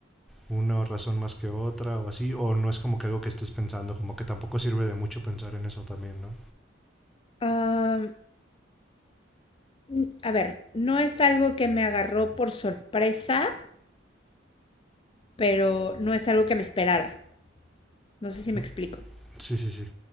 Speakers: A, in the centre; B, on the left (about 25°).
A: una razón más que otra o así, o no es como que algo que estés pensando, como que tampoco sirve de mucho pensar en eso también, ¿no?
B: Ah, n- a ver, no es algo que me agarró por sorpresa, pero no es algo que me esperara. No sé si me
A: Mm,
B: explico.
A: Sí, sí, sí.